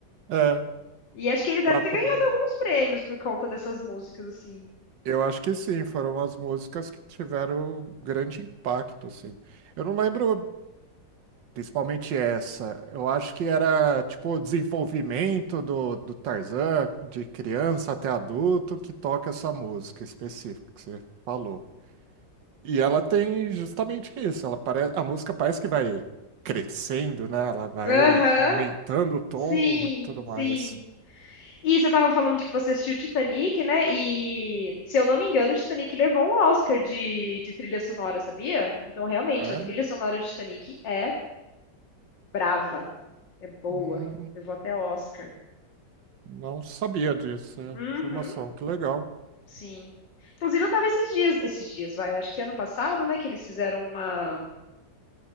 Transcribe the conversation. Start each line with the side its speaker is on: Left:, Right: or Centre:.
Right: É,
Left: E acho que ele deve
Right: próprio.
Left: ter ganhado alguns prêmios por conta dessas músicas, assim.
Right: Eu acho que sim, foram as músicas que tiveram grande impacto, assim. Eu não lembro principalmente essa. Eu acho que era tipo o desenvolvimento do, do Tarzan, de criança até adulto, que toca essa música específica que você falou. E ela tem justamente isso, ela parece, a música parece que vai crescendo, né? Ela vai
Left: Aham.
Right: aumentando o tom
Left: Sim,
Right: e tudo
Left: sim.
Right: mais.
Left: E você estava falando de que você assistiu Titanic, né? E, se eu não me engano, o Titanic levou um Oscar de, de trilha sonora, sabia? Então, realmente,
Right: É?
Left: a trilha sonora de Titanic é brava, é boa.
Right: Hum,
Left: Levou até Oscar.
Right: não sabia disso, é
Left: Uhum,
Right: informação, que legal.
Left: sim. Inclusive, eu estava esses dias, esses dias, vai, acho que ano passado, né, que eles fizeram uma,